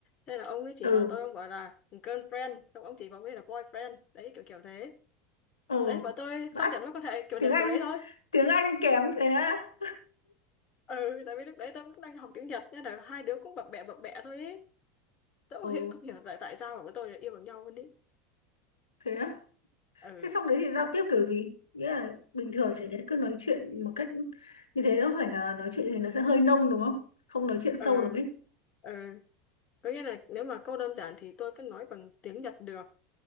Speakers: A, on the left; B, on the left.
A: thế là ông ấy chỉ
B: ừ
A: vào tôi ông bảo là girlfriend xong ông chỉ vào ông ấy là boyfriend đấy kiểu kiểu thế
B: ừ
A: đấy bọn tôi
B: vãi
A: xác nhận với con hệ kiểu
B: tiếng
A: đề
B: Anh
A: kiểu đấy thôi
B: tiếng Anh kém thế á
A: ừ tại vì lúc đấy tôi cũng đang học tiếng Nhật nên là hai đứa cũng bập bẹ bập bẹ thôi ấy tôi
B: Ồ,
A: cũng hiểu, không hiểu tại tại sao mà bọn tôi lại yêu bằng nhau luôn đấy
B: thế á?
A: ừ
B: Thế xong đấy thì giao tiếp kiểu gì? Nghĩa là bình thường chả nhẽ cứ nói chuyện một cách như thế nó phải là nói chuyện như thế nó sẽ hơi nông đúng không? Không nói chuyện sâu
A: ừ
B: được ấy.
A: ừ có nghĩa là nếu mà câu đơn giản thì tôi vẫn nói bằng tiếng Nhật được